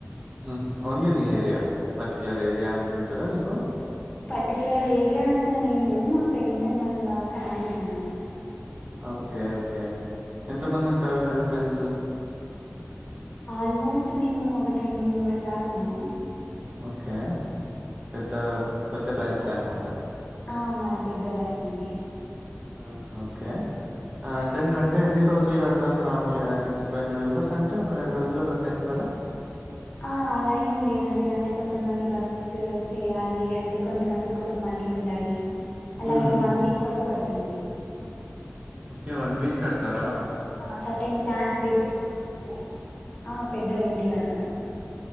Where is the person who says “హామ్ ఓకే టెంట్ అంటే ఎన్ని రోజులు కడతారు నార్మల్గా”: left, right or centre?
Right